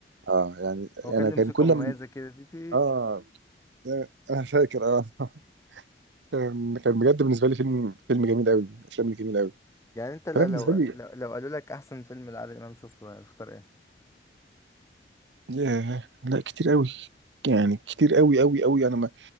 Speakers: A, on the right; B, on the left.
A: اه يعني
B: هو كان
A: انا
B: له
A: كان
B: موسيقى
A: كل
B: مميزة
A: ما
B: كده تي تي
A: اه انا فاكر اه <laughs> كان كان بجد بالنسبه لي فيلم فيلم جميل قوي الافلام الجميله قوي
B: يعني انت لو
A: فانا
B: لو
A: بالنسبه
B: لو
A: لي
B: لو قالوا لك احسن فيلم لعادل امام شفته هتختار ايه
A: ياه لا كتير قوي يعني كتير قوي قوي قوي انا ما